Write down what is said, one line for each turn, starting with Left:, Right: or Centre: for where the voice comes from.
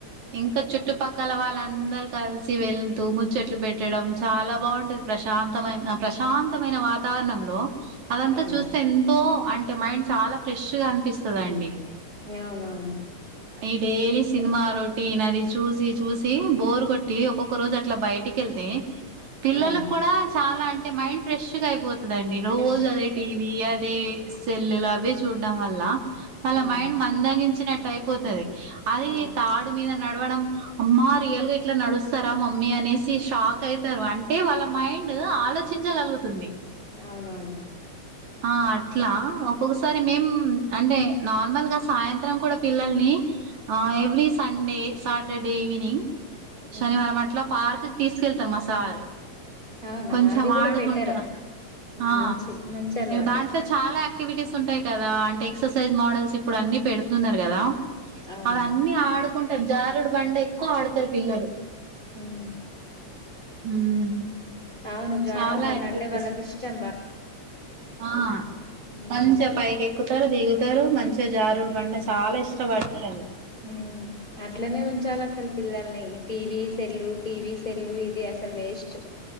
Right: ఇంకా చుట్టుపక్కన వాళ్ళందరూ కలిసి వెళ్తూ ముచ్చట్లు పెట్టడం చాలా బాగుంటది ప్రశాంతమైన ప్రశాంతమైన వాతావరణ వాతావరణం లో అదంతా
Left: అవును
Right: చూస్తే ఎంతో అంటే మైండ్ చాలా ఫ్రెష్ గా అనిపిస్తుందండి
Left: అవునవును
Right: ఈ డైలీ సినిమా ఆ రోడ్ టి చూసి చూసి బోర్ కొట్టి ఒక్కొక్క రోజు అట్లా బయటికి వెళ్తే పిల్లలకు
Left: అవును
Right: కూడా చాలా అంటే మైండ్ ఫ్రెష్ గా అయిపోతుందిండి రోజు
Left: ఫ్రెష్
Right: అదే టీవీ అ సెల్లులు అవే చూడడం వల్ల వాళ్ళ
Left: అవును
Right: మైండ్ మందగించినట్టు అయిపోతది అది
Left: అవును
Right: తాడు మీద నడవడం అమ్మా రియల్ గా ఇట్లా నడుస్తారా మమ్మీ అనేసి షాక్ అయితారు అంటే వాళ్ళ మైండ్ డ్ ఆలోచించగలుగుతుంది
Left: అవునవును
Right: ఆ అట్లా ఒక్కొక్కసారి మేం అంటే నార్మల్ గా సాయంత్రం కూడా పిల్లల్ని ఆ every Sunday Saturday evening
Left: um.
Right: శనివారం అట్లా పార్క్ కి తీసుకెళ్తారు మా సార్
Left: అవునా
Right: కొంచెం
Left: అది కూడా
Right: ఆడుకుంటా
Left: బెటర్
Right: ఆ
Left: మంచి మంచి అలవాటు
Right: దాంట్లో చాలా యాక్టివిటీస్ ఉంటాయి కదా అంటే ఎక్సర్సైజ్ మోడల్స్ ఇప్పుడు అన్ని పెడుతున్నారు కదా
Left: అవును
Right: అవన్నీ ఆడుకుంటారు జారుడు బండ ఎక్కువ ఆడతారు పిల్లలు
Left: ఉమ్.
Right: ఉమ్
Left: అవును జారుడు
Right: చాలా
Left: బండ
Right: యాక్టివిటీస్
Left: అంటే వాళ్ళకి ఇష్టం బా
Right: ఆ
Left: ఉమ్.
Right: మంచిగా పైకి ఎక్కు తారు దిగుతారు మంచిగా జారుడు బండ చాలా ఇష్టపడతారు అది
Left: ఉమ్. అట్లనే ఉంచాలి అసలు పిల్లల్ని టీవీ సెల్లు టీవీ సెల్లు ఇది అసలు వేస్ట్